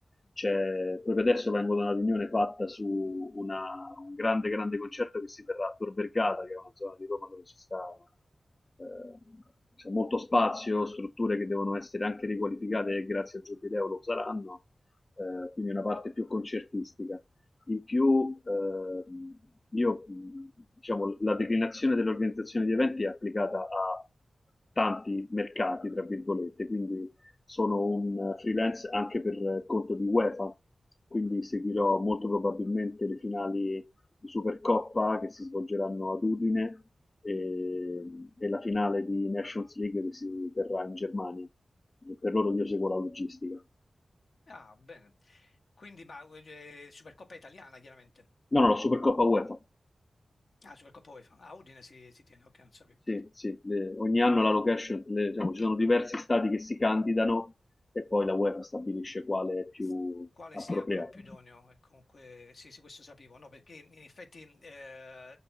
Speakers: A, on the left; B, on the left.
A: C'è- proprio adesso vengo da una riunione fatta su una- un grande, grande concerto che si terrà a Tor Vergata, che è una zona di Roma dove ci sta, eh, c'è molto spazio, strutture che devono essere anche riqualificate e grazie al Giubileo lo saranno, eh, quindi una parte più concertistica. In più, ehm, io, mh, diciamo, la declinazione dell'organizzazione di eventi è applicata a tanti mercati, tra virgolette, quindi sono un freelance anche per eh, conto di UEFA, quindi seguirò molto probabilmente le finali di Supercoppa che si svolgeranno ad Udine e, e la finale di Nations League che si terrà in Germania. Per loro io seguo la logistica. No,
B: Ah, bene. Quindi, ma eh, Supercoppa italiana, chiaramente.
A: no, la Supercoppa UEFA.
B: Ah, Supercoppa UEFA. Ah, Udine si, si tiene, ok, non sapevo.
A: Sì, sì, le- ogni anno la location, le- diciamo, ci sono diversi stati che si candidano e poi la UEFA stabilisce quale è più
B: S- Quale
A: appropriato.
B: sia quello più idoneo? E comunque, sì, sì, questo sapevo, no, perché in effetti eh,